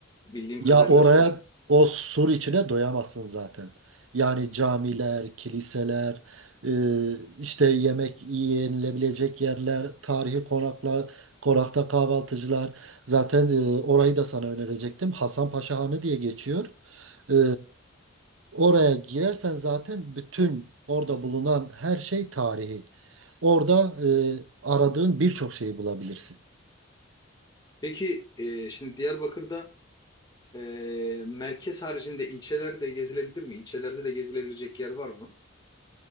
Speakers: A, on the left; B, on the right.
A: bildiğim
B: ya
A: kadarıyla
B: oraya
A: Sur.
B: o sur içine doyamazsın zaten. Yani camiler, kiliseler, e, işte yemek yenilebilecek yerler, tarihi konaklar, konakta kahvaltıcılar. Zaten e, orayı da sana önerecektim. Hasan Paşa Hanı diye geçiyor. E, oraya girersen zaten bütün orada bulunan her şey tarihi. Orada e, aradığın birçok şeyi bulabilirsin.
A: Peki e, şimdi Diyarbakır'da e, merkez haricinde ilçeler de gezilebilir mi? İlçelerde de gezilebilecek yer var mı?